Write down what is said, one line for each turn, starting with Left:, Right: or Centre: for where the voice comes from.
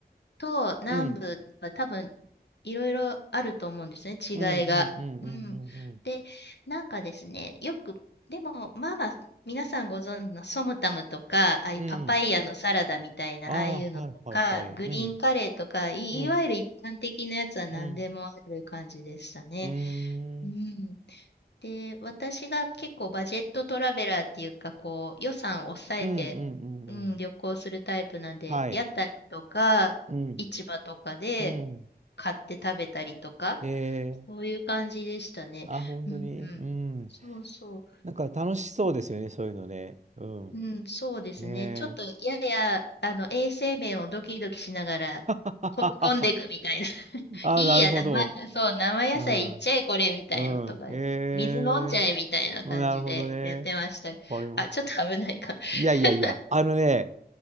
Left: と南部は多分
Right: うん、
Left: いろいろあると思うんですね、違いが。
Right: うん、うん、うん、
Left: うん。
Right: うん、うん、
Left: で、なんかですね、よく、でも、まあまあ、皆さんご存知のソムタムとか、ああいうパパイヤのサラダみたいな、
Right: うん。うんああ、
Left: ああいうのとか、
Right: はいはいはい。
Left: グリーンカレーとか、
Right: うん、
Left: い、
Right: うん、
Left: いわゆる一般的なやつは何でもある感じでしたね。
Right: うん、うーん、
Left: うん。で、私が結構バジェットトラベラーっていうか、こう、予算を抑えて、
Right: うん、うん、うん、
Left: うん、
Right: うん。
Left: 旅行するタイプなんで、
Right: はい。
Left: 屋台とか、
Right: うん、
Left: 市場とかで
Right: うん。
Left: 買って食べたりとか、
Right: ええ
Left: そういう感じでしたね。
Right: あ、本当に。
Left: うんうん。
Right: うん。
Left: そうそ
Right: なんか楽しそうですよね、そういうのね。うん。
Left: う。うん、そうですね。
Right: ね
Left: ちょっと、
Right: え。
Left: やや、あの、衛生面をドキドキしながら、
Right: <laughs>
Left: 飛び込んでいくみたいな。
Right: ああ、
Left: いいや、
Right: なるほど。
Left: 生、そう、生野菜いっちゃえ、
Right: うん。
Left: これ、みたいのとかですね。
Right: うん。ええ
Left: 水飲んじゃえ、みたいな感じでやってました。
Right: うん、なるほどね。これも。
Left: あ、ちょっと危ないか。
Right: いやいやいや、
Left: <laughs>
Right: あのね、